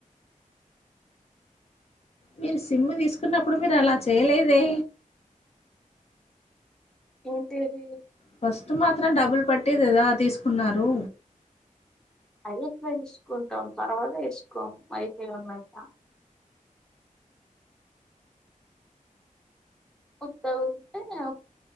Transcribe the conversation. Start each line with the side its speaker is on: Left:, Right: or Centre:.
Left: మీరు సిమ్ తీసుకున్నప్పుడు మీరు అలా చేయలేదే
Centre: ఏంటరు
Left: ఫస్ట్ మాత్రం డబ్బులు పట్దిది కదా తీసుకున్నారు
Centre: అదిట్లా తీసుకుంటాం తర్వాత ఏసుకోం అయితే ఉన్నంత ఉంటే ఉంటై లేక్